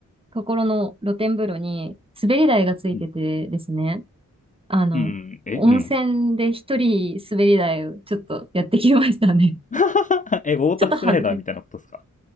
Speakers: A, on the right; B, on the left.
A: ところの露天風呂に滑り台がついててですね、
B: うん。
A: あの、
B: うんうん。え、
A: 温泉で一人滑り台をちょっとやってきましたね。
B: うん。<laughs>
A: <laughs>
B: え、ウォータースライダーみたいなことですか？
A: ちょっと恥ずかしい。